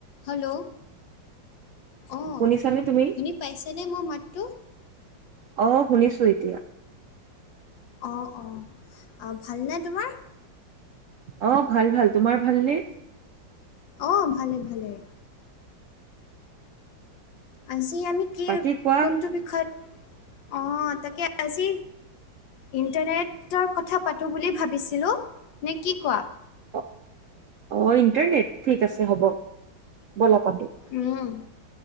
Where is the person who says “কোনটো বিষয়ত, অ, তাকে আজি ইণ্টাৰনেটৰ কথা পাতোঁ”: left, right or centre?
Left